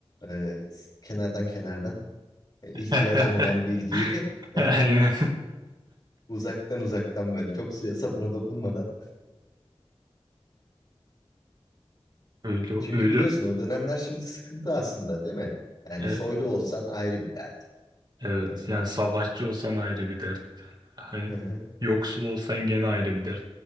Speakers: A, on the left; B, on the right.
A: E, s- kenardan kenardan e, ihtiyacım
B: <laughs>
A: olan bilgiyi <laughs> e,
B: Aynen
A: uzaktan uzaktan böyle çok suya sabuna dokunmadan.
B: öyle
A: Çünkü
B: öyle
A: biliyorsun o dönemler şimdi sıkıntı aslında değil mi? Yani
B: e,
A: soylu olsan ayrı bir dert.
B: Evet
A: E,
B: yani savaşçı olsan ayrı bir dert. Hani
A: hı hı,
B: yoksul olsan gene ayrı bir dert.